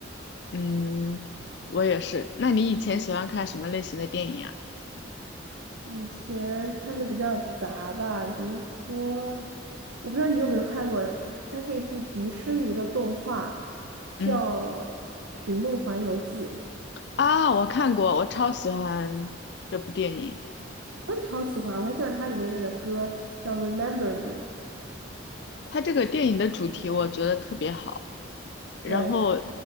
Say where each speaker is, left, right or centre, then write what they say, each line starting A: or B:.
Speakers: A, on the left; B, on the right.
A: 嗯，我也是。那你以前喜欢看什么类型的电影啊？
B: 以前看的比较杂吧，比如说，我不知道你有没有看过，它是一部迪士尼的动画，叫
A: 嗯，
B: 《寻梦环游记》，
A: 啊，我看过，我超喜欢这部电影。
B: 我也超喜欢，我很喜欢它里面那个歌叫《Remember Me》，
A: 它这个电影的主题我觉得特别好，然后
B: 对